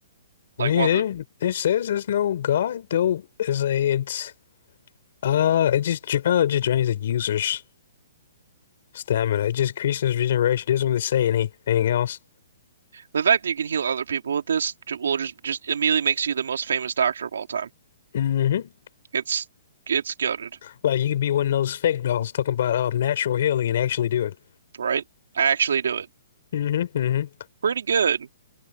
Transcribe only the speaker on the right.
like
one of the
the fact that you can heal other people with this ju- will just just immediately makes you the most famous doctor of all time
it's it's goated
right I actually do it
pretty good